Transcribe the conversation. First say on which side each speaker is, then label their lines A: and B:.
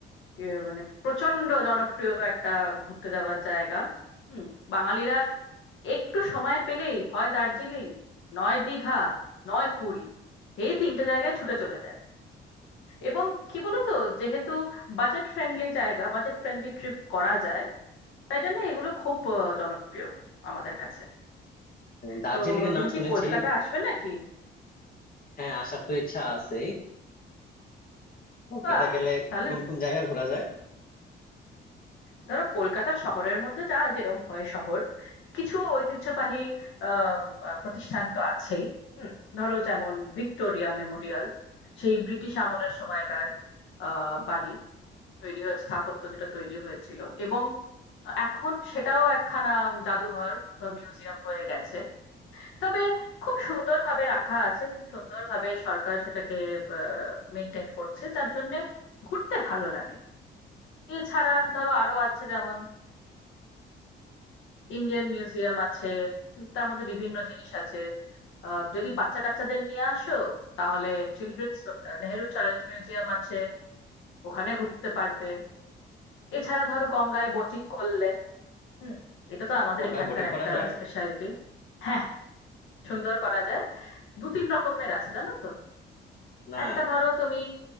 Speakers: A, on the left (about 80°); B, on the left (about 45°).
A: এ, মানে প্রচন্ড জনপ্রিয় একটা ঘুরতে যাওয়ার জায়গা হুম বাঙালিরা একটু সময় পেলেই হয় দার্জিলিং নয় দীঘা নয় পুরী এই তিনটে জায়গায় ছুটে চলে যায় এবং কি বলতো যেহেতু বাজেট ফ্রেন্ডলি জায়গা বাজেট ফ্রেন্ডলি ট্রিপ করা যায় তাই জন্য এগুলো খুব আহ, জনপ্রিয় আমাদের কাছে
B: দার্জিলিং
A: তো
B: এর
A: তুমি
B: নাম শুনেছি
A: কি কলকাতা আসবে নাকি
B: হ্যাঁ আসার তো ইচ্ছা আছেই কলকাতা
A: বাহ
B: গেলে
A: তাহলে
B: কোন কোন জায়গা ঘোরা যায়
A: ধরো কলকাতা শহরের মধ্যে যা যেরকম হয় শহর কিছু ঐতিহ্যবাহী আহ আহ, প্রতিষ্ঠান তো আছেই হুম ধরো যেমন ভিক্টোরিয়া মেমোরিয়াল সেই ব্রিটিশ আমলের সময়কার আহ বাড়ি তৈরি হয়ে স্থাপত্য যেটা তৈরি হয়েছিল এবং এখন সেটাও একখানা জাদুঘর বা মিউজিয়াম হয়ে গেছে তবে খুব সুন্দরভাবে রাখা আছে খুব সুন্দরভাবে সরকার সেটাকে মেনটেন করছে যার জন্য ঘুরতে ভালো লাগে এছাড়া ধরো আরো আছে যেমন ইন্ডিয়ান মিউজিয়াম আছে তার মধ্যে বিভিন্ন জিনিস আছে আহ, যদি বাচ্চা কাচ্চাদের নিয়ে আসো তাহলে চিলড্রেন্স নেহেরু চাইল্ড মিউজিয়াম আছে ওখানে ঘুরতে পারবে এছাড়া ধরো গঙ্গায় বোটিং করলে হুম এটা তো আমাদের
B: গঙ্গায়
A: এখানকার
B: বোটিং
A: একটা
B: করা যায়
A: স্পেশালিটি হ্যাঁ সুন্দর করা যায়
B: ও,
A: দু তিন রকমের আছে জানো তো
B: না
A: একটা ধরো তুমি